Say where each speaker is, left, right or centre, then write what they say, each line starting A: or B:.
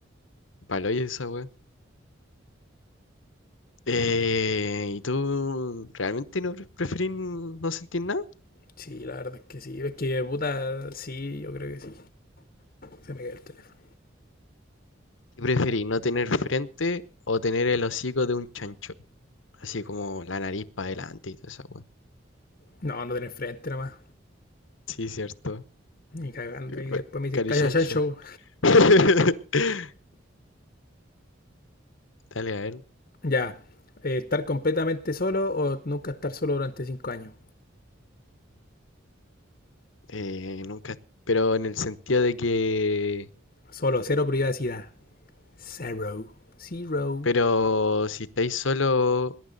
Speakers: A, on the left; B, on the left.
A: Palo ¿y esa weá. Eh, ¿y tú realmente no pre- preferís no sentir nada?
B: Sí, la verdad es que sí. Es que puta, sí, yo creo que sí. Se me cae el teléfono.
A: ¿Qué preferís, no tener frente o tener el hocico de un chancho? Así como la nariz para adelante y toda esa weá.
B: No, no tenés frente nada más
A: Sí, cierto.
B: Ni cagando.
A: Eh,
B: Y
A: pa-
B: después me dice,
A: Carichancho.
B: cállate, Chancho.
A: <laughs> Dale, a ver.
B: Ya. Eh, ¿Estar completamente solo o nunca estar solo durante cinco años?
A: Eh, nunca. Pero en el sentido de que.
B: Solo, cero privacidad. Zero. Zero.
A: Pero si estáis solo.